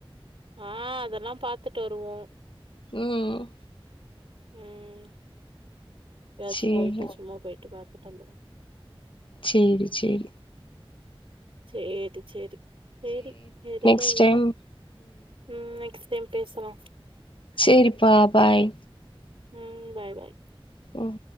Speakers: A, on the right; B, on the left.
A: ஆ அதெல்லா பாத்துட்டு வருவோ
B: ம்
A: ம் எதாச்சு
B: சேரி
A: போயிட்டு சும்மா போயிட்டு பாத்துட்டு வந்தர்லா
B: சேரி சேரி
A: சேரி சேரி சேரி வேறெதுல்ல
B: நெக்ஸ்ட் டைம்
A: ம் நெக்ஸ்ட் டைம் பேசலா
B: சேரிப்பா பாய்
A: ம் பாய் பாய்
B: ம்